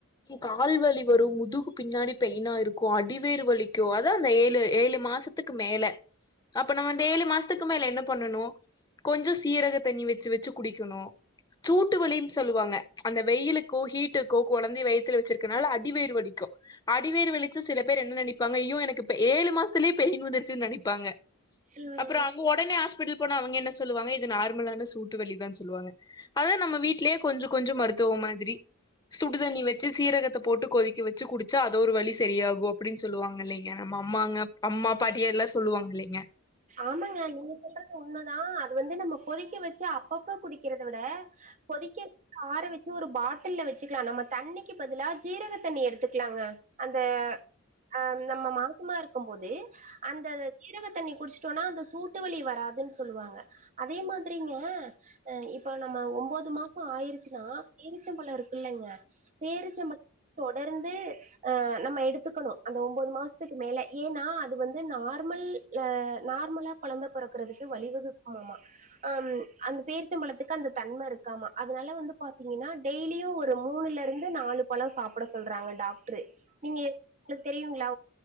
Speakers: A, on the left; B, on the right.
A: கால்வலி வரு முதுகுக்கு பின்னாடி பெயினா இருக்கு அடிவயிறு வலிக்கு அதா அந்த ஏழு ஏ ழு மாசத்துக்கு மேல அப்ப நம்ம வந்து ஏழு மாசத் துக்கு மேல என்ன பண்ணணு கொஞ்ச சீரக தண்ணி வச்சு வச்சு குடிக்கணு சூட்டுவலின்னு சொல்லுவாங்க அந்த வெயிலுக்கு ஹீட்டுக்கு கொழந்தை வயித்தில வச்சிருக்கனால அடிவயிறு வலிக்கு அடிவயிறு வலிச்ச சில பேர் என்ன நினப்பாங்க அய்யோ எனக்கு ஏழு மாசத்திலேயே பெய்ன் வந்திடுச்சுனு நெனப்பாங்க
B: ம்
A: அப்புற அங்க உடனே ஆஸ் பிடல் போன அவங்க என்ன சொல்லுவாங்க இது நார்மலான சூட்டு வலிதா சொல்வாங்க அதா நம்ம வீட்லேயே கொஞ்ச கொஞ்ச மருத் துவம் மாதிரி சுடுதண்ணி வச்சு சீரகத்த போட்டு கொதிக்க வச்சு குடிச்சா அது ஒரு வலி செரியாகு அப்டின் சொல்லுவாங்க இல்லிங்க நம்ம அம் அம்மாங்க அம்மா பாட்டியர்லா சொல்லுவாங்க இல்லிங்க
B: ஆமாங்க நீங்க சொல்றது உண்மதா அது வந்து நம்ம பொதைக்க வச்சு அப்பப்ப குடிக்கிறத விட கொதிக்க ஆர வச் ச்சு ஒரு பாட்டில்ல வச்சுக்கலா நம்ம தண்ணிக்கு பதிலா ஜீரக தண்ணி எடுத்துக்லாங்க அந்த அ நம்ம மாசமா இருக்கும் போது அந்த சீரக தண்ணி குடிஸ் ச்சொனா அந்த சூட்டுவலி வராதுன் சொல்லுவாங்க அதே மாதிரிங்க அ இப்ப நம்ம ஒம்போ து மாச ஆயிருச்சினா பேரிச்சம்பழ இருக்குல்லங்க பேரிச்சம்பழ தொ டர்ந்து நம்ம எடுத்துக்கணு அந்த ஒம்போது மாசத்துக்கு மேல ஏன்னா அது வந்து நார்மல் ல நார்மலா கொழந்த பொறக்கறதுக்கு வழிவகுக்குமாமா அம் அந்த பேரிச்சம்பழத்துக்கு அந்த தன்மருக் க்காமா அதனால வந்து பாத்தீங்கனா டெய்லியு ஒரு மூனுலருந்து நாலு பழ சாப்பிட சொல்றாங்க டாக் ட்ரு நீங்க எங்ளுக்கு தெரியுங்ளா